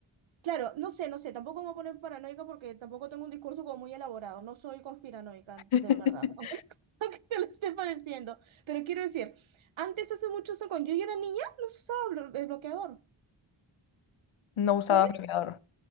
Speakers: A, on the right; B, on the left.
A: Claro, no sé, no sé, tampoco me voy a poner paranoica porque tampoco tengo un discurso como muy elaborado, no soy conspiranoica,
B: <laughs>
A: de verdad, aunque, <laughs> aunque te lo esté pareciendo, pero quiero decir, antes hace muchos años, cuando yo era niña, no se usaba blo- el bloqueador,
B: No usaba
A: ¿sabes?
B: bloqueador.